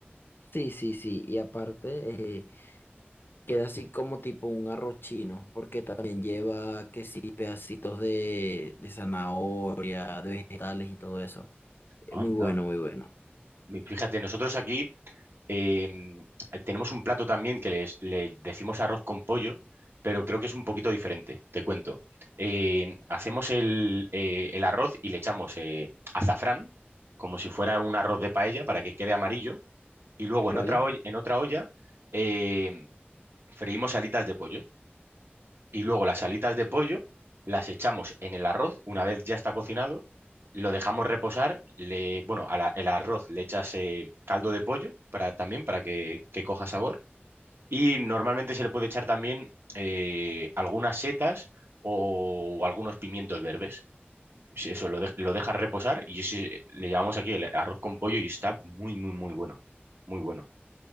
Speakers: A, on the left (about 60°); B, on the right (about 65°).
A: Sí, sí, sí, y aparte Queda así como tipo un arroz chino, porque también lleva que sí, pedacitos de, de zanahoria, de vegetales y todo eso. Eh,
B: Anda.
A: Muy bueno, muy bueno.
B: Mi- Fíjate, nosotros aquí em, tenemos un plato también que les, le decimos arroz con pollo, pero creo que es un poquito diferente, te cuento. Eh, hacemos el, eh, el arroz y le echamos eh, azafrán, como si fuera un arroz de paella, para que quede amarillo, y luego
A: ¿Vale?
B: en otra, olla- en otra olla em, freímos alitas de pollo. Y luego las alitas de pollo las echamos en el arroz una vez ya está cocinado, lo dejamos reposar, le, bueno, al el arroz le echas eh, caldo de pollo para, también para que, que coja sabor y normalmente se le puede echar también eh, algunas setas o, algunos pimientos verdes. Sí, Eso lo, de- lo dejas reposar y ese le llamamos aquí el arroz con pollo y está muy, muy, muy bueno. Muy bueno.